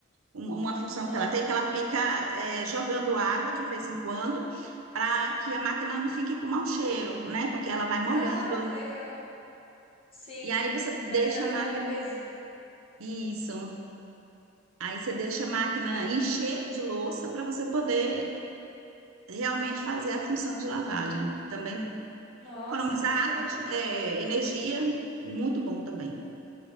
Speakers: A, on the right; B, on the left.
A: um- uma função
B: aham.
A: que ela tem, que ela fica, é, jogando água de vez em quando, para que a máquina não fique com mau cheiro, né? Porque ela vai molhando.
B: Ah, que legal. Sim.
A: E aí, você deixa
B: Vai dando
A: a máquina.
B: uma limpezinha.
A: Isso. Aí, você deixa a máquina encher de louça para você poder realmente fazer a função de lavagem. Também
B: Nossa,
A: Economizar
B: muito bom.
A: água, de- é, energia, muito bom também.